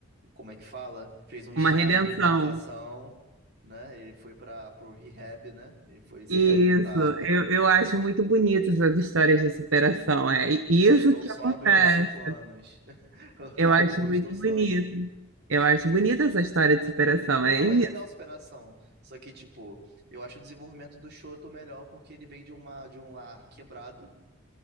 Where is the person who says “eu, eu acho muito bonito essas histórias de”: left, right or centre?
Right